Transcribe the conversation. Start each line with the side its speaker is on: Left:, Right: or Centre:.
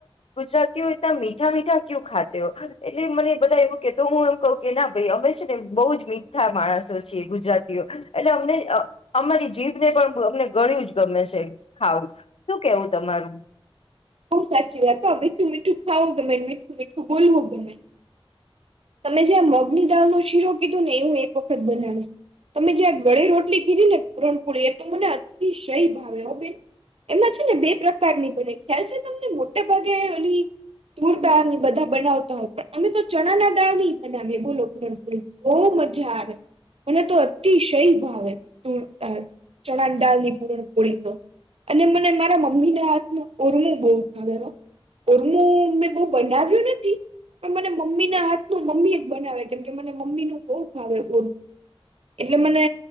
Left: ગુજરાતીઓ ત્યાં મીઠા મીઠા કયુ ખાતે હો એટલે મને બધા એવું કેતો હું એમ કહ કે ના ભાઈ અમે ને બહ જ મીઠા માણસો છ ગુજરાતીઓ એટલે અમને અમારી જીભને પણ. અમને ગણું જ ગમે છે ખાવ શું કેવું તમારું.
Right: બહ સાચી વાત તો મીઠું મીઠું ખાવું ગમે મીઠું મીઠું બોલવું ગમે. તમે જ્યાં મગની દાળનો શીરો કીધું ને એ હું એક વખત બનાવીશ. તમે જ્યાં ગળે રોટલી કીધી ને પૂરણપુળી એ તો મને અતિશય ભાવે ઓ બેન. એમાં છે ને બે પ્રકારની બને ખ્યાલ છે તમને મોટેા ભાગે ઓલી. તુર દાળ ને બધા બનાવતા હોય પણ અમે તો ચણા ના દાળ નહી બનાવીએ બોલોણ બ. મજાર. મને તો અતિશય ભાવે તું ચણા દાલની પૂરણ કોળી તો. અને મને મારા મમ્મીને હાથનું ઓરમું બહુ. ઉરમું મેં બહુ બનાવ્યું નથી. પણ મને મમ્મી ના હાથ ન મમ્મી જ બનાવે કેમ કે મને મમ્મી નું કોપ આવે ઓ. એટલે મને